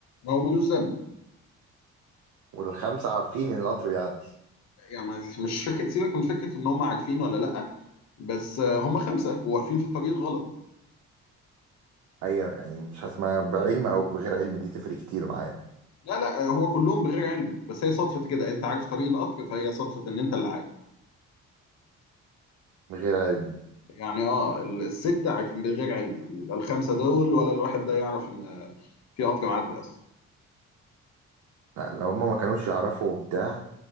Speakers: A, on the left; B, on the right.
A: هو ملوش ذنب
B: والخمسه عارفين ان القطر بيعدي
A: يعني مش مش فكرة سيبك من فكرة ان هم عارفين ولا لا بس آه، هم خمسة وواقفين في الطريق الغلط
B: ايوه يعني مش هسمع بعلم او بغير علم دي تفرق كتير معايا
A: لا لا آه، هو كلهم بغير علم بس هي صدفة كده انت عارف طريق القطر فهي صدفة ان انت اللي عارف
B: بغير علم
A: يعني اه ال- الستة عج- بغير علم لا الخمسة دول ولا الواحد ده يعرف ان في قطر معدي اصلا
B: لا لو هما ما كانوش يعرفوا بتاع